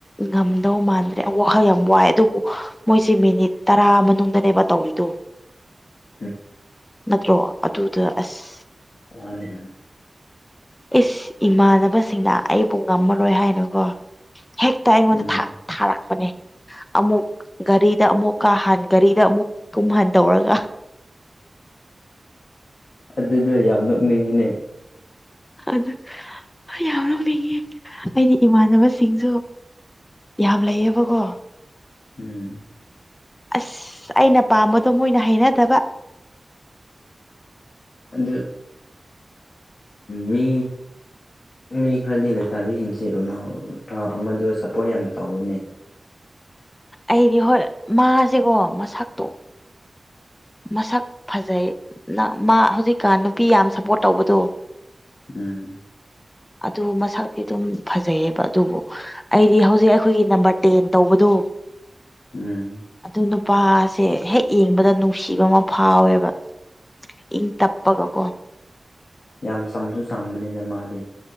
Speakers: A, on the left (about 20°); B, on the left (about 70°).
A: ꯉꯝꯗꯧ ꯃꯥꯟꯗ꯭ꯔꯦ ꯋꯥꯈꯜ ꯌꯥꯝ ꯋꯥꯏ ꯑꯗꯨꯕꯨ ꯃꯣꯏꯁꯤ ꯃꯤꯅꯤꯠ ꯇꯔꯥ ꯃꯅꯨꯡꯗꯅꯦꯕ ꯇꯧꯔꯤꯗꯣ
B: <unintelligible>
A: ꯅꯠꯇ꯭ꯔꯣ ꯑꯗꯨꯗ ꯑꯁ
B: ꯃꯥꯅꯦ
A: ꯏꯁ ꯏꯃꯥꯟꯅꯕꯁꯤꯡꯅ ꯑꯩꯕꯨ ꯉꯝꯃꯔꯣꯏ ꯍꯥꯏꯅꯀꯣ ꯍꯦꯛꯇ ꯑꯩꯉꯣꯟꯗ
B: ꯎꯝ
A: ꯊꯥ ꯊꯥꯔꯛꯄꯅꯦ ꯑꯃꯨꯛ ꯒꯥꯔꯤꯗ ꯑꯃꯨꯛ ꯀꯥ ꯍꯥꯟ ꯒꯥꯔꯤꯗ ꯑꯃꯨꯛ ꯇꯨꯝꯍꯟ ꯇꯧꯔꯒ
B: ꯑꯗꯨꯗꯣ ꯌꯥꯝ ꯅꯣꯛꯅꯤꯡꯉꯤꯅꯦ
A: ꯑꯗꯨ ꯌꯥꯝ ꯅ‌ꯣꯛꯅꯤꯡꯉ‌ꯦ ꯑꯩꯗꯤ ꯏꯃꯥꯟꯅꯕꯁꯤꯡꯁꯨ ꯌꯥꯝ ꯂꯩꯌꯦꯕꯀꯣ
B: ꯎꯝ
A: ꯑꯁ ꯑꯩꯅ ꯄꯥꯝꯕꯗꯣ ꯃꯣꯏꯅ ꯍꯩꯅꯗꯕ
B: ꯑꯗꯨ ꯃꯤ ꯃꯤ ꯈꯔꯗꯤ ꯂꯩꯁꯥꯕꯤꯁꯤꯡꯁꯦ ꯔꯣꯅꯥꯜ ꯑꯃꯗꯣ ꯁꯞꯄꯣꯔꯠ ꯌꯥꯝ ꯇꯧꯋꯤꯅꯦ
A: ꯑꯩꯗꯤ ꯍꯣꯏ ꯃꯥꯁꯦꯀꯣ ꯃꯁꯛꯇꯣ ꯃꯁꯛ ꯐꯖꯩ ꯂ ꯃꯥ ꯍꯧꯖꯤꯛꯀꯥꯟ ꯅꯨꯄꯤ ꯌꯥꯝ ꯁꯞꯄꯣꯔꯠ ꯇꯧꯕꯗꯣ
B: ꯎꯝ
A: ꯑꯗꯨ ꯃꯁꯛꯇꯤ ꯑꯗꯨꯝ ꯐꯖꯩꯌꯦꯕ ꯑꯗꯨꯕꯨ ꯑꯩꯗꯤ ꯍꯧꯖꯤꯛ ꯑꯩꯈꯣꯏꯒꯤ ꯅꯝꯕꯔ ꯇꯦꯟ ꯇꯧꯕꯗꯣ
B: ꯎꯝ
A: ꯑꯗꯨ ꯅꯨꯄꯥꯁꯦ ꯍꯦꯛ ꯌꯦꯡꯕꯗ ꯅꯨꯡ ꯅꯨꯡꯁꯤꯕ ꯑꯃ ꯐꯥꯎꯋꯦꯕ ꯏꯪ ꯇꯞꯄꯒ
B: ꯌꯥꯝ ꯆꯝꯁꯨ ꯆꯝꯕꯅꯤꯗ ꯃꯥꯗꯤ